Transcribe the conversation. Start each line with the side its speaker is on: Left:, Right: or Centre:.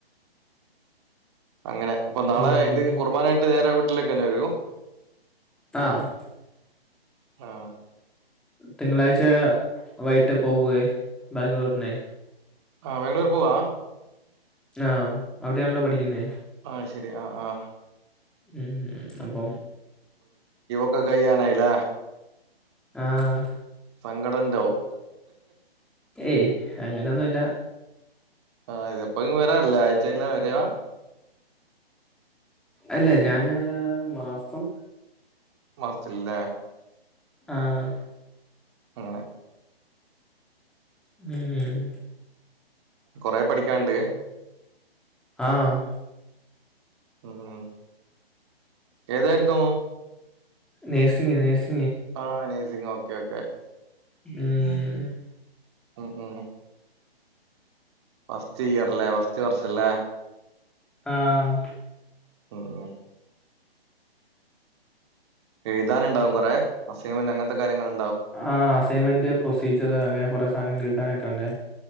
Right: അങ്ങനെ ഇപ്പൊ നാളെ
Centre: ഉം
Right: ഇത് കുർബാനയായിട്ട് നേരെ വീട്ടിലേക്ക് തന്നെ വരൂ
Centre: ആഹ്
Right: ആ
Centre: തിങ്കളാഴ്ച വൈകിട്ട് പോകേ ബാംഗ്ലൂരിനെ
Right: ആഹ് ബാഗ്ലൂർ പോവാ
Centre: ആഹ് അവിടെയാണല്ലോ പഠിക്കുന്നേ
Right: ആ ശരി ആ ആ
Centre: ഉം അപ്പം
Right: ഇവിടെ കയ്യാനായില്ല
Centre: ആഹ്
Right: സങ്കടം ഇണ്ടാവും
Centre: ഏയ് അങ്ങനെയൊന്നുമില്ല
Right: ആഹ് ഇതപ്പ എങ്കിൽ വരാ ആഴ്ചെല്ലാം വരാ
Centre: അല്ല ഞാന് മാഫും
Right: മസ്റ്റ്ല്ലേ
Centre: ആഹ്
Right: അങ്ങനെ
Centre: ഉം
Right: കൊറെ പഠിക്കാണ്ട്
Centre: ആഹ്
Right: ഉം ഏതായിരുന്നു
Centre: നേഴ്സിംഗ് നേഴ്സി
Right: ആ നെഴ്സിംഗ് ഓക്കെ ഓക്കെ
Centre: ഉം
Right: ഉം ഉം ഫസ്റ്റ് ഇയർല്ലേ ഫസ്‌റ്റ് വർഷല്ലേ
Centre: ആഹ്
Right: ഉം ഉം എഴുതാനുണ്ടാവും കൊറെ അസൈമെൻ്റ് അങ്ങനത്തെ കാര്യങ്ങളെ
Centre: ആ അസൈൻമെന്റ് പ്രൊസീജറ് അങ്ങനെ കൊറെ സാധനങ്ങൾ ഒക്കെ എഴുതാൻ ഒക്കെ ഉണ്ടെ